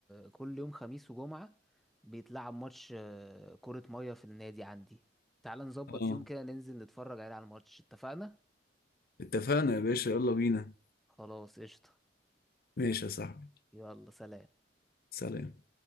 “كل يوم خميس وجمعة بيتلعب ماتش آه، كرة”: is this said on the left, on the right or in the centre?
Centre